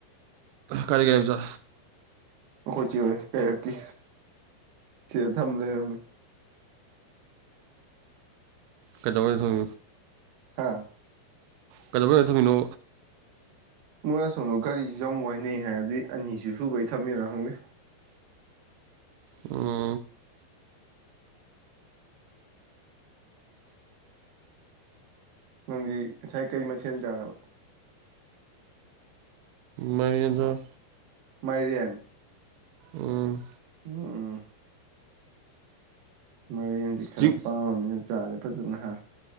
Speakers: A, on the right (about 85°); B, on the right (about 65°).
A: ꯀꯔꯤ ꯒꯔꯤꯃꯆꯥ
B: ꯑꯩꯈꯣꯏ ꯆꯦꯍꯣꯏ ꯀꯩꯔꯛꯀꯤ ꯁꯤꯗ ꯊꯝ ꯂꯩꯔꯝꯃꯤ
A: ꯀꯩꯗꯧꯕꯩ ꯊꯝ
B: ꯍꯥꯥ
A: ꯀꯩꯗꯧꯕꯩ ꯑꯗꯥ ꯊꯝꯃꯤꯅꯣ
B: ꯃꯣꯏ ꯑꯁꯣꯝꯗꯣ ꯒꯥꯔꯤꯁꯨ ꯌꯥꯝ ꯋꯥꯏꯅꯩ ꯍꯥꯏ ꯑꯗꯨꯒꯤ ꯑꯅꯤꯁꯨ ꯁꯨꯕꯩ ꯊꯝꯃꯤꯔ ꯈꯪꯗꯦ
A: ꯎꯝ
B: ꯅꯪꯗ ꯉꯁꯥꯏ ꯀꯩ ꯃꯊꯦꯜ ꯆꯥꯔꯕ
A: ꯃꯥꯏꯔꯦꯟ ꯆꯥꯏ
B: ꯃꯥꯏꯔꯦꯟ
A: ꯎꯝ
B: ꯎꯝ ꯃꯥꯏꯔꯦꯟꯁꯦ ꯈꯔ
A: ꯆꯤꯡ
B: ꯄꯥꯝꯃꯃꯤꯅ ꯆꯥꯁꯦ ꯐꯖꯅ ꯍꯥ